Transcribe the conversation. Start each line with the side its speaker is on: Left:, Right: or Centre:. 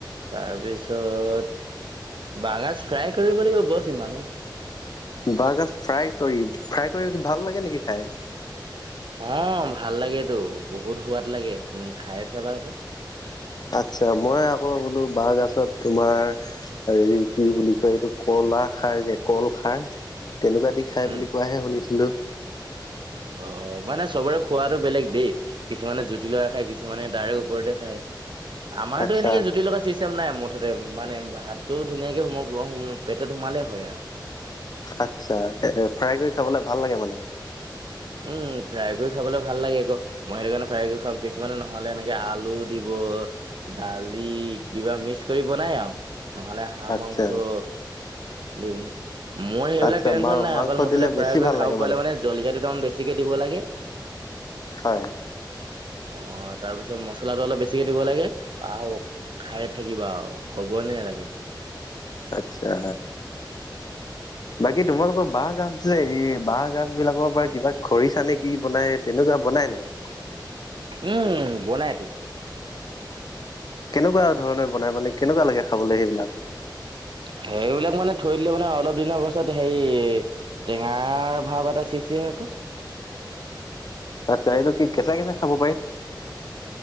Right: তাৰপিছত। বাহগাজ ফ্ৰাই কৰিব লাগিব বছ সিমানেই।
Left: বাহগাজ ফ্ৰাই কৰি ফ্ৰাই কৰি ভাল লাগে নেকি খাই।
Right: অ ভাল লাগেতৌ বহুত সোৱাদ লাগে <inaudible> খাই ছাবা কৌ।
Left: আচ্ছা মই আকৌ বোলো বাঁহ গছত তোমাৰ <unintelligible> হেৰি কি বুলি কয় এইটো কলা খাৰ যে কল খাৰ তেনেকুৱা দি <unintelligible> খাই
Right: উম,
Left: বুলি কোৱাহে শুনিছিলো। <unintelligible>
Right: অ! মানে চবৰে খোৱাটো বেলেগ দেই। <unintelligible> কিছুমানে জুতি লগা খায়, কিছুমানে তাৰে ওপৰতে খায়। আমাৰতো
Left: আচ্ছা
Right: এনেকে জুতি লগা সৃষ্ট <unintelligible> চিষ্টেম নাই মুঠতে মানে ভাতটোও ধুনীয়াকে সোমাব <unintelligible> পেটত সোমালে হয় আৰু।
Left: আচ্ছা ফ্ৰাই কৰি খাবলে ভাল লাগে মানে। <unintelligible>
Right: উম! ফ্ৰাই কৰি খাবলৈ ভাল লাগে আকৌ। <unintelligible> মই সেইটো কাৰণে ফ্ৰাই কৰি খাওঁ, কিছুমানে নহলে এনেকে আলু দিব <unintelligible> দালি কিবা মিক্স কৰি বনাই আৰু নহলে হাঁহ
Left: আচ্ছা
Right: মাংস <unintelligible> দি <unintelligible> মোৰ সেইবিলাক
Left: আচ্ছা
Right: টেনশ্যন
Left: মা
Right: নাই
Left: মাংস
Right: অকল মুঠতে
Left: দিলে
Right: ফ্ৰাই
Left: বেছি
Right: কৰি
Left: ভাল লাগে
Right: খাব পালে মানে <inaudible> জলকীয়া দুটামান বেছিকৈ দিব লাগে। <unintelligible>
Left: হয়। <inaudible>
Right: অঁ! তাৰপিছত মচলাটো অলপ বেছিকে দিব লাগে আহ <unintelligible> খায়ে থাকিবা আৰু কব নেলাগে। <unintelligible>
Left: আচ্ছা! বাকী তোমালোকৰ <unintelligible> বাঁহ গাজ যে এই বাঁহ গাজবিলাকৰ পৰা কিবা খৰিচা নে কি বনাই তেনেকুৱা বনাই নাই? <unintelligible>
Right: উম! বনাইটো। <unintelligible>
Left: কেনেকুৱা ধৰণে বনাই মানে কেনেকুৱা লাগে খাবলৈ সেইবিলাক? <unintelligible>
Right: সেইবিলাক মানে থৈ দিলে মানে অলপ দিনৰ পাছত হেৰি <unintelligible> টেঙাৰ ভাৱ এটা সৃষ্টি হয় আকৌ। <unintelligible>
Left: আতছা! এইটো কি কেঁচা-কেঁচা খাব পাৰি? <unintelligible>